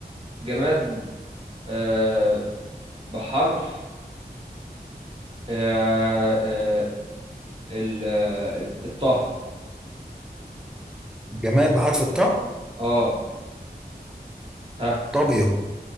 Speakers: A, on the right; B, in the centre.
A: جماد آه بحرف آه آه ال آه، الطه
B: جماد بحرف الطاء
A: اه ها
B: طابية